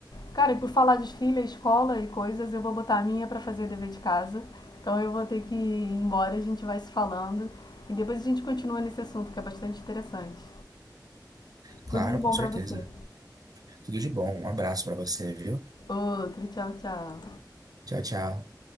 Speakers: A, on the left (about 70°); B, on the right (about 55°).
A: Cara, e por falar de filha, escola e coisas, eu vou botar a minha pra fazer dever de casa. Então eu vou ter que ir embora, a gente vai se falando e depois a gente continua nesse assunto que é bastante interessante.
B: Claro,
A: Tudo de bom
B: com certeza.
A: pra você.
B: Tudo de bom, um abraço pra você, viu?
A: Outro, tchau, tchau.
B: Tchau, tchau.